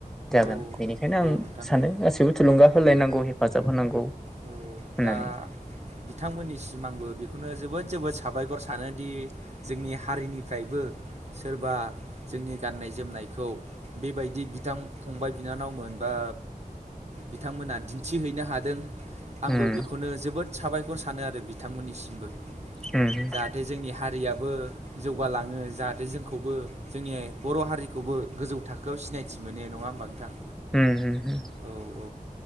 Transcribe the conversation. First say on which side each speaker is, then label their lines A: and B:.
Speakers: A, in the centre; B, on the right (about 45°).
A: जागोन
B: औ
A: बेनिखायनो
B: औ
A: आं
B: नोंथां
A: सानो
B: औ
A: गासिबो थुलुंगा होलायनांगौ हेफाजाब होनांगौ
B: औ
A: होननानै
B: दा बिथांमोननि सिम आंबो बेखौनो जोबोद जोबोद साबायखर सानोदि जोंनि हारिनिफ्रायबो सोरबा जोंनि गाननाय जोमनायखौ बेबायदि बिथां फंबाय बिनानावमोन बा बिथांमोना दिन्थिहैनो हादों आंबो
A: उम
B: बेखौनो जोबोद साबायखर सा थानो आरो बिथांमोननिसिमबो
A: उम
B: जाहाथे जोंनि हारिया बो जौगालाङो जाहाथे जोंखौबो जोंनि बर' हारिखौबो गोजौ थाखोआव सिनायथि मोनो नङा होमबा नोंथां?
A: उम उम उम
B: औ औ